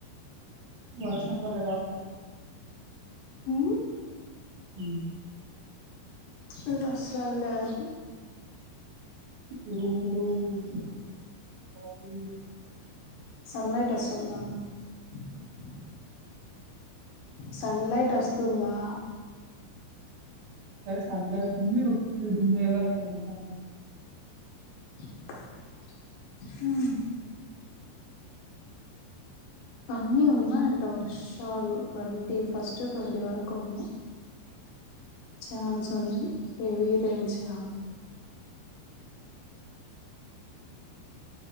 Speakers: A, on the right; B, on the left.
A: వర్షం బడేల ఉంది ఇకడ
B: ఉ
A: ఉ
B: ఇడ ఒస్తలేదు
A: ఉరుములు <unintelligible>
B: సన్లైట్ <inaudible> సన్లైట్ ఒస్తుందా
A: సన్లైట్ ఉంది అటు సైడ్ మేఘాలు ఖమ్ముతన్నాయ్
B: ఉ అన్నీ ఉన్నాయ్ అంట వర్షాలు ట్వంటీ ఫస్ట్ ట్వంటీ వరకొన్నయ్ చాన్స్ ఉంది హేవి రెన్స్అ